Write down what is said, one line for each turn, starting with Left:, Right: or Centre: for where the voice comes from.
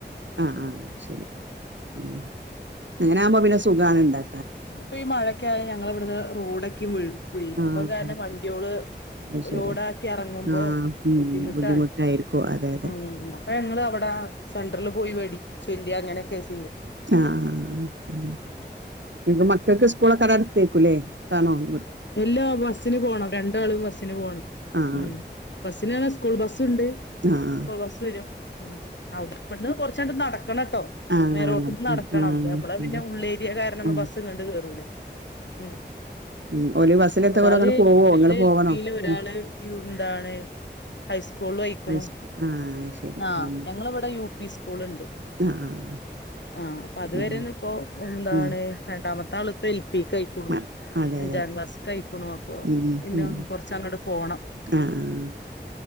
Right: ആ ആ ശരി ഉം അങ്ങനെ ആവുമ്പോ പിന്നെ സുഖാണ് ണ്ടാ
Left: ഇപ്പൊ ഈ മഴെക്കെ ആയ ഞങ്ങള് വിടുന്ന് റോഡ ക്കും വീഴും കുഴി
Right: ആഹ്
Left: അപ്പൊ അത് കാരണം വണ്ടിഓള്
Right: അത് ശരിയാ
Left: ലോഡാക്കി എറങ്ങുമ്പോ
Right: ആഹ് ഉം
Left: ബുദ്ധിമുട്ടാണ്
Right: ബുദ്ധിമുട്ടായിരിക്കും അതെ അതെ
Left: ഉം ഉം ഉം അപ്പൊ ഞങ്ങളവടെ സെൻട്രെല് പോയി വേടിചേ <unintelligible>
Right: ആ ആ ആ ആ പിന്നെ മക്കൾക്ക് സ്കൂളൊക്കവടടുത്തേക്കുല്ലേ ത്താണോ <unintelligible>
Left: എല്ലാ ബസ്സിന് പോണം രണ്ടാളും ബസ്സിന് പോണം
Right: ആഹ്
Left: ഉം ബസ്സിന് ന്ന് പറഞ്ഞ സ്കൂൾ ബസ്സുണ്ട്
Right: ആഹ് ആഹ്
Left: സ്കൂൾ ബസ് വരും ഉം ഉം അവിട് ഇവിട്ന്ന് കൊറച്ചങ്ങട്ട് നടക്കണട്ടോ
Right: ആഹ്
Left: മേ റോട്ടിന്ന് നടക്കണം
Right: ആഹ്
Left: ദ് മ്മളെ
Right: ആഹ്
Left: പിന്നെ ഉള്ളേരിയ കാരണം ഒന്നും
Right: ആഹ്
Left: ബസ്സിങ്ങട്ടൊന്നും കേറൂല ഉം
Right: ഉം. ഓല് ബസ്സിലെത്ത
Left: ഒരാള്
Right: ഓല് അങ്ങട് പോവോ
Left: ഒരാള്
Right: ഇങ്ങള്
Left: എൽ
Right: പോവണോ
Left: പി ല് ഒരാള്
Right: ഉം
Left: യൂ എന്താണ് ഹൈസ് സ്കൂൾ വഹിക്കണോ
Right: ഹൈസ്കൂ ആഹ് അത് ശരി
Left: ആ
Right: ഉം
Left: ഞങ്ങള ഇവിടെ യു പി സ്കൂൾ ഉണ്ട്
Right: ആഹ് ആഹ്
Left: ആ അപ്പ അതുവരെ
Right: ഉം
Left: ഇപ്പോ എന്താണ്
Right: ഉം
Left: രണ്ടാമത്തെ തളിപ്പിൽ പീക്കായിക്കണു
Right: ഉം ആ, അതെ
Left: അഞ്ചാം
Right: അതെ
Left: ക്ലാസ് ആഴിക്ക്ണു അപ്പൊ
Right: ഉം
Left: പിന്നെ
Right: ഉം
Left: കൊറച്ച് അങ്ങോട് പോണം.
Right: ആഹ് ആഹ്